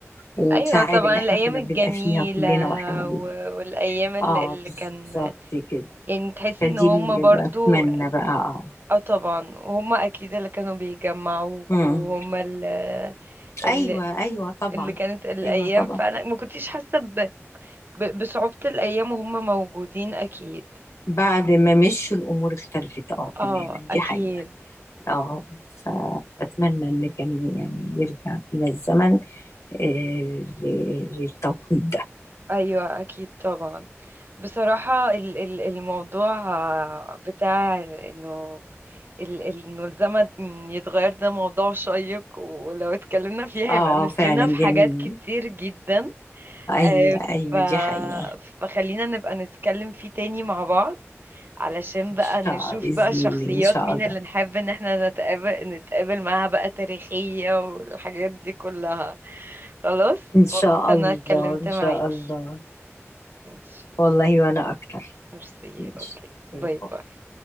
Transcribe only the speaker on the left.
والسعادة
اللي
احنا كنا
بنبقى فيها كلنا واحنا موجودين
اه
بالظبط كده
فدي
اللي
بتمنى بقى اه
مم.
ايوه ايوه طبعا
ايوه طبعا
بعد ما مشوا الامور اختلفت اه
تماما دي
حقيقة اه ف- فاتمنى ان كان يعني يرجع بينا الزمن آه، ل- للتوقيت ده
اه
فعلا
جميل
ايوه
ايوه
دي حقيقة
ان
شاء
الله باذن
الله ان شاء
الله
ان شاء
الله
ان
شاء الله
والله وانا اكتر
ماشي
طيب